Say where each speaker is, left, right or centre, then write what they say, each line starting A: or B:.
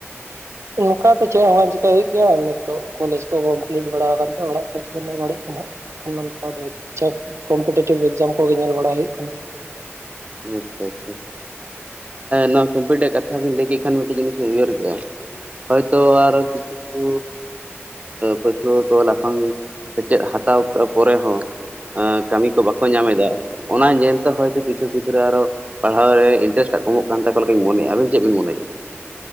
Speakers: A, on the right; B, on the right.
A: ᱱᱚᱝᱠᱟ ᱫᱚ ᱪᱮᱫ ᱦᱚᱸ ᱵᱟᱝ ᱪᱤᱠᱟᱹᱭ ᱦᱩᱭᱩᱜ ᱜᱮᱭᱟ ᱱᱤᱛᱚᱜ ᱠᱚᱞᱮᱡᱽ ᱠᱚ ᱠᱚᱢᱯᱞᱤᱴ ᱵᱟᱲᱟᱣ ᱠᱟᱱ ᱛᱮ ᱚᱲᱟᱜ ᱥᱮᱫ ᱨᱮᱜᱮ <unintelligible> ᱠᱟᱱᱟᱜ ᱚᱱᱠᱟ ᱫᱚ <unintelligible> ᱠᱚᱢᱯᱤᱴᱮᱴᱤᱵᱷ ᱮᱠᱡᱟᱢ ᱠᱚᱜᱮ ᱧᱮᱞ ᱵᱟᱲᱟ ᱦᱩᱭᱩᱜ ᱠᱟᱱᱟ᱾
B: ᱟᱪᱪᱷᱟ ᱟᱪᱪᱷᱟ ᱱᱚᱣᱟ ᱠᱚᱢᱯᱮᱴᱤ ᱠᱟᱛᱷᱟ ᱵᱤᱱ ᱞᱟᱹᱭ ᱠᱮᱫ ᱠᱷᱟᱱ ᱢᱤᱫᱴᱮᱱ ᱡᱤᱱᱤᱥ ᱞᱤᱧ ᱩᱭᱦᱟᱹᱨ ᱠᱮᱜᱼᱟ ᱦᱚᱭᱛᱳ ᱟᱨᱚ ᱠᱤᱪᱷᱩ ᱯᱟᱹᱴᱷᱩᱣᱟᱹ ᱠᱚ ᱞᱟᱯᱷᱟᱝ ᱥᱮᱪᱮᱫ ᱦᱟᱛᱟᱣ ᱯᱚᱨᱮ ᱦᱚᱸ ᱠᱟᱹᱢᱤ ᱠᱚ ᱵᱟᱠᱚ ᱧᱟᱢ ᱮᱟ ᱚᱱᱟ ᱧᱮᱞᱛᱮ ᱦᱚᱭᱛ ᱠᱤᱪᱷᱩ ᱠᱤᱪᱷᱩ ᱜᱤᱫᱽᱨᱟᱹ ᱟᱨᱚ ᱯᱟᱲᱦᱟᱣ ᱤᱱᱴᱟᱨᱮᱥᱴᱟᱜ ᱠᱚᱢᱚᱜ ᱠᱟᱱ ᱛᱠᱚ ᱞᱮᱠᱟᱧ ᱢᱚᱱᱮᱜᱼᱟ ᱟᱵᱮᱱ ᱪᱮᱫ ᱵᱮᱱ ᱢᱚᱱᱮᱼᱟ